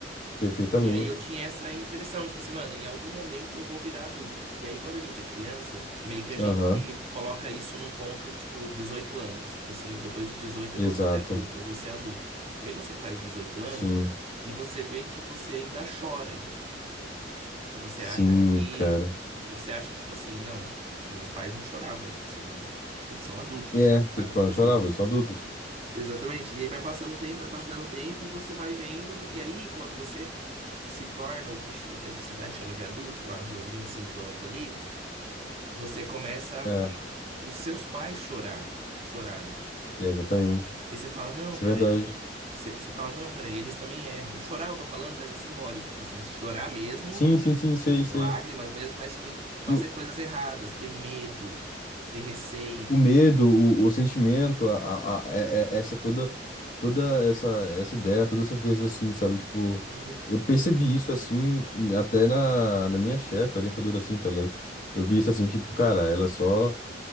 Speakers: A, on the left; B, on the right.
A: Perfeitamente.
B: E aí eu tinha essa impressão, tipo assim, mano, em algum momento eu vou virar adulto. E aí quando a gente é criança, meio que a gente
A: Aham.
B: coloca isso num ponto, tipo, 18 anos. Tipo assim, depois dos 18
A: Exato.
B: eu vou ser adulto, eu vou ser adulto. E aí você faz 18 anos
A: Sim.
B: e você vê que você ainda chora. E você
A: Sim,
B: acha que,
A: cara.
B: que você acha que, tipo assim, não, meus pais não choravam, tipo assim, não, eles são adultos.
A: E É, vocês
B: sabe?
A: podem
B: Tipo assim,
A: chorar, vocês são adultos.
B: Exatamente. E aí vai passando o tempo, vai passando o tempo, e você vai vendo. E aí, quando você se torna o que, o que a sociedade chama de adulto, sei lá, seus 25 anos ali, você começa a
A: É,
B: ver os seus pais chorar, chorarem.
A: é, exatamente.
B: E você fala, não,
A: Isso
B: peraí.
A: é verdade.
B: Você, você fala, não, peraí, eles também erram. Chorar eu tô falando, mas é simbólico. Tipo assim, chorar mesmo,
A: Sim, sim, sim, sei,
B: ter
A: sei.
B: lágrimas mesmo, mas também fazer
A: Tu,
B: coisas erradas, ter medo, ter receio.
A: o medo, o, o sentimento, a, a, a- é- é- essa toda, toda essa, essa ideia, todas essas coisas assim, sabe? Tipo,
B: Uhum.
A: eu percebi isso assim, até na, na minha chefe, orientadora assim, tá ligado? Eu vi isso assim, tipo, cara, ela é só.